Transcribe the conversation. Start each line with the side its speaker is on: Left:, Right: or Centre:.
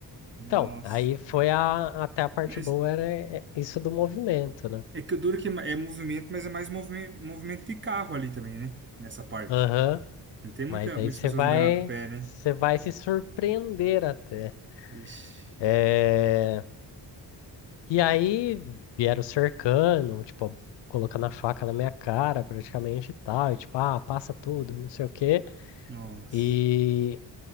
Right: Nossa.
Left: Então, aí foi a, até a parte
Right: Mas
Left: boa era é, isso do movimento, né?
Right: é que o duro que é ma- é movimento, mas é mais movimento, movimento de carro ali também, né? Nessa parte.
Left: Aham.
Right: Não tem muita,
Left: Mas daí
Right: muitas
Left: você
Right: pessoas
Left: vai,
Right: andando a pé, né?
Left: você vai se surpreender até.
Right: Vixe.
Left: É, E aí vieram cercando, tipo, colocando a faca na minha cara praticamente e tal. E tipo, ah, passa tudo, não sei o quê.
Right: Nossa.
Left: E